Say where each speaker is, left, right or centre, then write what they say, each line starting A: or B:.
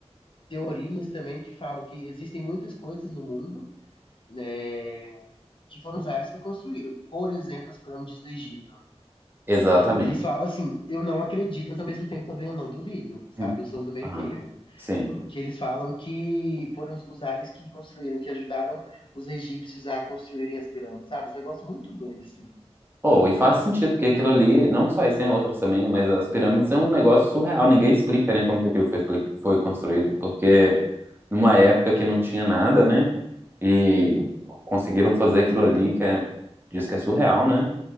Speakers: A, on the left (about 50°); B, on the right (about 20°).
A: teorias também que falam que existem muitas coisas no mundo, né, que foram os aliens que construíram. Por exemplo, as pirâmides do Egito.
B: Exatamente.
A: Eles falam assim, eu não acredito, mas ao mesmo tempo também eu não duvido, sabe?
B: Hum.
A: Eu sou no meio
B: Aham.
A: termo.
B: Sim.
A: Que eles falam que foram os os aliens que construíram, que ajudaram os egípcios a construírem as pirâmides, sabe? Um negócio muito doido, assim.
B: Ou e faz sentido, porque aquilo ali, não só isso, tem outras também, né, mas as pirâmides é um negócio surreal, ninguém explica, né, como que aquilo foi, expli- foi construído, porque numa época que não tinha nada, né, e conseguiram fazer aquilo ali, que é, diz que é surreal, né,